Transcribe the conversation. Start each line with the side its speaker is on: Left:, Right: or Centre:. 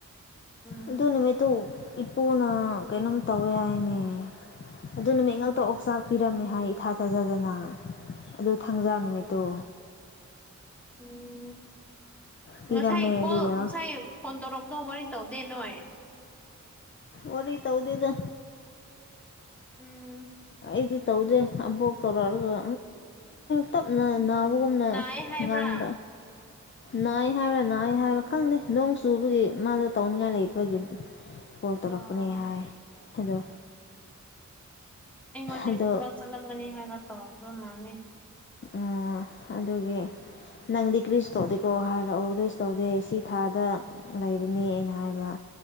Centre: ꯎꯝ
Left: ꯑꯗꯨ ꯅꯨꯃꯤꯠꯇꯨ ꯏꯄꯨꯅ ꯀꯩꯅꯣꯝ ꯇꯧꯋꯦ ꯍꯥꯏꯅꯦ ꯑꯗꯨ ꯅꯨꯃꯤꯠ ꯉꯥꯛꯛꯇ ꯑꯣꯛꯆꯥꯛ ꯄꯤꯔꯝꯃꯦ ꯍꯥꯏ ꯏꯊꯥꯊꯥꯖꯗꯅ ꯑꯗꯨ ꯊꯥꯡꯖꯥ ꯅꯨꯃꯤꯠꯇꯣ
Centre: ꯎꯝ
Left: ꯄꯤꯔꯝꯃꯦ
Centre: ꯉꯁꯥꯏ ꯀꯣꯜ
Left: ꯑꯗꯨꯒ
Centre: ꯉꯁꯥꯏ ꯐꯣꯟ ꯇꯧꯔꯕꯗꯣ ꯋꯥꯔꯤ ꯇꯧꯗꯦ ꯅꯣꯏ
Left: ꯋꯥꯔꯤꯔꯤ ꯇꯧꯗꯤꯗ
Centre: ꯎꯝ
Left: ꯑꯩꯗꯤ ꯇꯧꯗꯦ ꯑꯕꯣꯛ ꯇꯧꯔꯛꯑꯒ ꯇꯞꯅꯅꯥ ꯄꯨꯨꯝꯅ
Centre: ꯅꯥꯏ ꯍꯥꯏꯕ꯭ꯔꯥ
Left: ꯉꯥꯡꯗ ꯅꯥꯏ ꯍꯥꯏꯕ꯭ꯔꯥ ꯅꯥꯏ ꯍꯥꯏꯕ꯭ꯔꯥ ꯈꯪꯗꯦ ꯅꯣꯡ ꯆꯨꯕꯒꯤ ꯃꯥꯗ ꯇꯧꯅꯤꯡꯉꯥꯏ ꯂꯩꯇꯕꯒꯤ ꯀꯣꯜ ꯇꯔꯛꯄꯅꯦ
Centre: ꯑꯣ
Left: ꯍꯥꯏꯥꯏ ꯑꯗꯣ
Centre: ꯑꯩꯉꯣꯟꯗꯤ
Left: ꯑꯗꯣ
Centre: ꯊꯕꯛ ꯆꯠꯂꯝꯒꯅꯤ ꯍꯥꯏꯔꯒ ꯇꯧꯔꯄꯃꯅꯤ
Left: ꯑꯣ ꯑꯗꯨꯒꯤ ꯅꯪꯗꯤ ꯀ꯭ꯔꯤꯁ ꯇꯧꯗꯦꯀꯣ ꯍꯥꯏꯔꯛꯑꯣ ꯒ꯭ꯔꯤꯁ ꯇꯧꯗꯦ ꯁꯤ ꯊꯥꯗ ꯂꯩꯔꯅꯤ ꯑꯩꯅ ꯍꯥꯏꯕ